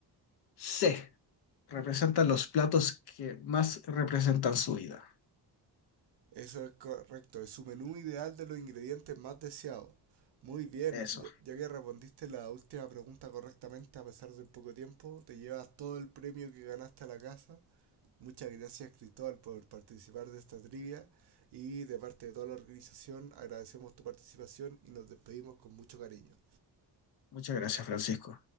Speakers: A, on the left; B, on the right.
A: C. Representan los platos que más representan su vida.
B: Eso es correcto, es su menú ideal de los ingredientes más deseados. Muy bien,
A: Eso.
B: ya ya que respondiste la última pregunta correctamente a pesar del poco tiempo, te llevas todo el premio que ganaste a la casa Muchas gracias Cristóbal por participar de esta trivia y de parte de toda la organización agradecemos tu participación y nos despedimos con mucho cariño.
A: Muchas gracias, Francisco.